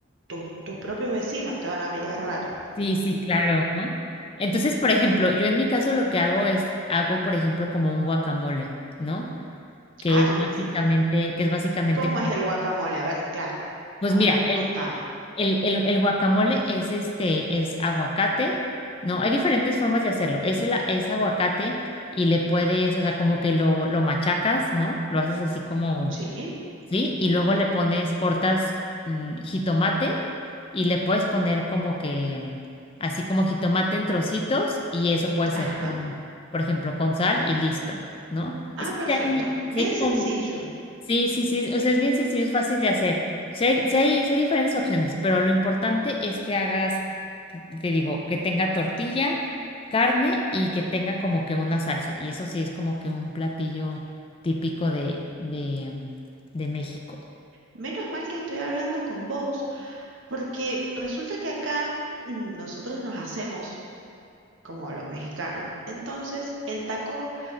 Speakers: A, on the right; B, on the left.
A: tu- tus propios vecinos te van a mirar raro.
B: Sí, sí, claro, ¿no? Entonces, por ejemplo, yo en mi caso lo que hago es, hago, por ejemplo, como un guacamole, ¿no? que
A: Ah,
B: es básicamente,
A: sí.
B: que es básicamente,
A: ¿Cómo
B: como-
A: es el guacamole? A ver, claro.
B: pues
A: Ahora
B: mira,
A: contame.
B: el, el, el, el guacamole es este, es aguacate, ¿no? Hay diferentes formas de hacerlo. Es, el, es aguacate y le puedes, o sea, como que lo, lo machacas, ¿no? Lo haces así como,
A: Sí.
B: ¿sí? Y luego le pones, cortas mm, jitomate y le puedes poner como que, así como jitomate en trocitos y eso puede ser
A: Ajá.
B: con, por ejemplo, con sal y listo, ¿no?
A: Ah,
B: Es que
A: perfecto.
B: si hay, sí
A: Bien
B: hay como
A: sencillo.
B: Sí, sí, sí, o sea, es bien sencillo, es fácil de hacer. O sea, hay, sí hay, sí hay diferentes opciones, pero lo importante es que hagas, te, te digo, que tenga tortilla, carne y que tenga como que una salsa. Y eso sí es como que un platillo típico de, de, de México.
A: Menos mal que estoy hablando con vos, porque resulta que acá mm, nosotros nos hacemos como los mexicanos. Entonces, el taco